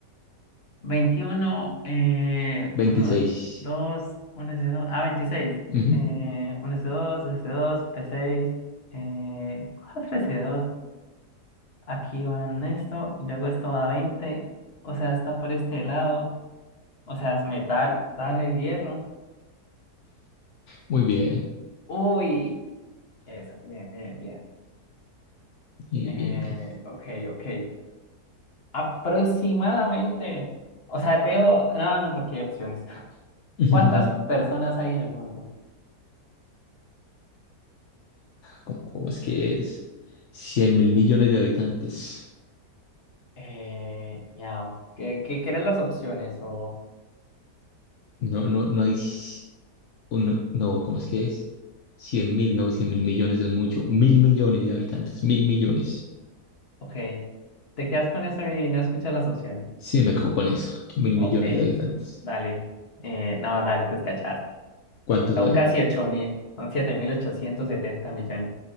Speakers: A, on the left; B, on the left.
A: veintiuno eh,
B: Veintiséis,
A: uno dos uno s dos Ah, veintiséis
B: Ujú,
A: Eh, uno s dos dos s dos p seis eh, cuatro s dos Aquí van esto. y Luego esto va a veinte O sea, está por este lado. O sea, es metal. Dale el hierro.
B: Muy bien,
A: Uy. Eso, bien, bien, bien.
B: bien,
A: Eh,
B: bien, bien.
A: ok, ok. Aproximadamente, o sea, te dejo, no, no, porque hay opciones. <laughs>
B: <laughs>
A: ¿Cuántas personas hay en el mundo?
B: ¿Cómo, cómo es que es? cien mil millones de habitantes.
A: Eh, miau. ¿Qué, qué, qué eran las opciones? O,
B: No, no, no hay... c- uno- no, no, ¿cómo es que es? cien mil, no, cien mil millones es mucho. Mil millones de habitantes, mil millones.
A: ok, te quedas con eso y no escuchas las opciones.
B: Sí, me quedo con eso. Mil
A: Ok,
B: millones de habitantes.
A: dale. Eh, no, dale, te escachaste.
B: ¿Cuántos
A: Son
B: hay?
A: casi 8 mil, son 7.870 millones.